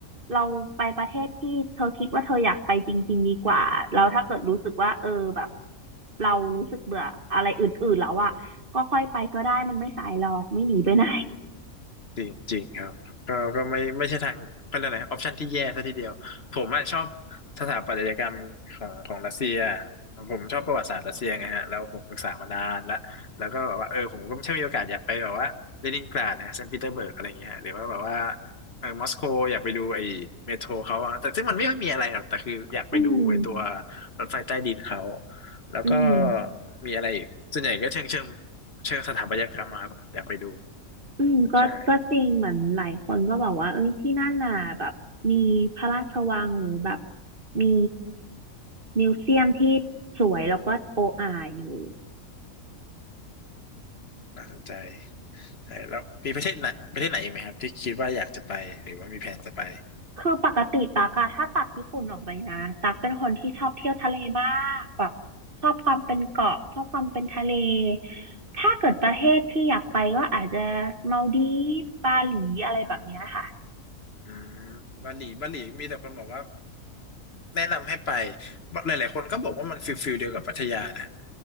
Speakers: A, on the right (about 40°); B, on the left (about 50°).
A: เราไปประเทศที่เธอคิดว่าเธออยากไปจริงๆดีกว่าแล้วถ้าเกิดรู้สึกว่าเออแบบเรารู้สึกเบื่ออะไรอื่นๆแล้วอ่ะก็ค่อยไปก็ได้มันไม่สายหรอกไม่หนีไปไหน
B: จริงจริงครับก็ก็ไม่ไม่ใช่ทางเขาเรียกอะไรออปชันที่แย่ซะทีเดียวผมอะชอบสถาปัตยกรรมของของรัสเซียผมชอบประวัติศาสตร์รัสเซียไงฮะแล้วผมศึกษามานานแล้วแล้วก็แบบว่าเออผมก็ถ้ามีโอกาสอยากไปแบบว่าเลนินกราดนะเซนต์ปีเตอร์เบิร์กอะไรอย่างเงี้ยฮะหรือว่าแบบว่าเออมอสโกอยากไปดูไอ้เมโทรเขาอะแต่ซึ่งมันไม่ค่อยมีอะไรหรอกแต่คืออยากไปดูไอ้ตัว
A: <laughs> อืม
B: รถไฟใต้ดินเขาแล้วก็
A: อืม
B: มีอะไรอีกส่วนใหญ่ก็เชิงเชิงเชิงสถาปัตยกรรมมาครับอยากไปดู
A: อืมก็ก็จริงเหมือนหลายคนก็บอกว่าเอ้ยที่นั่นน่ะแบบมีพระราชวังหรือแบบ
B: ใช่
A: มีมิวเซียมที่สวยแล้วก็โออาอยู่
B: น่าสนใจใช่แล้วมีประเทศไหนประเทศไหนอีกไหมครับที่คิดว่าอยากจะไปหรือว่ามีแผนจะไป
A: คือปกติตักอะถ้าตัดญี่ปุ่นออกไปนะตักเป็นคนที่ชอบเที่ยวทะเลมากแบบชอบความเป็นเกาะชอบความเป็นทะเลถ้าเกิดประเทศที่อยากไปก็อาจจะมาลดีฟบาหลีอะไรแบบเนี้ยค่ะ
B: อืมอืมบาหลีบาหลีมีแต่คนบอกว่าแนะนำให้ไปหลายๆคนก็บอกว่ามันฟิลฟิลเดียวกับพัทยานะ